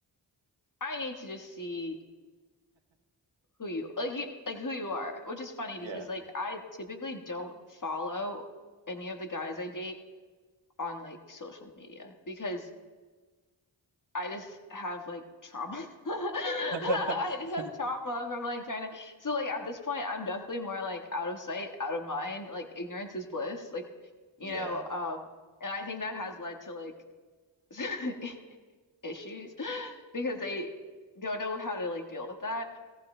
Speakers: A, on the left; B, on the right.
A: I need to just see who you like you like who you are, which is funny
B: Yeah.
A: because like I typically don't follow any of the guys I date on like social media because I just have like trauma. <laughs> I
B: <laughs>
A: just have trauma from like trying to. So like at this point, I'm definitely more like out of sight, out of mind. Like ignorance is bliss. Like, you
B: Yeah.
A: know, um, and I think that has led to like <laughs> issues because they don't know how to like deal with that.